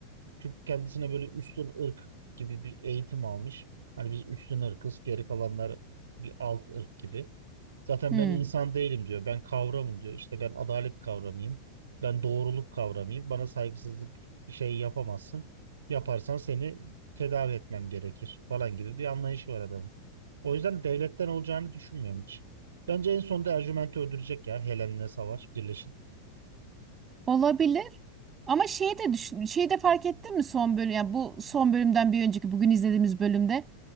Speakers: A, on the right (about 65°); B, on the right (about 20°).
A: Çünkü kendisine böyle üstün ırk gibi bir eğitim almış. Hani biz üstün ırkız, geri kalanlar bir alt ırk gibi. Zaten
B: Hmm.
A: ben insan değilim diyor. Ben kavramım diyor. İşte ben adalet kavramıyım. Ben doğruluk kavramıyım. Bana saygısızlık şey yapamazsın. Yaparsan seni tedavi etmem gerekir falan gibi bir anlayışı var adamın. O yüzden devletten olacağını düşünmüyorum hiç. Bence en sonunda Ercüment'i öldürecek ya Helen'le savaş birleşip.
B: Olabilir. Ama şeyi de düşün, şeyi de fark ettin mi son bölüm yani bu son bölümden bir önceki bugün izlediğimiz bölümde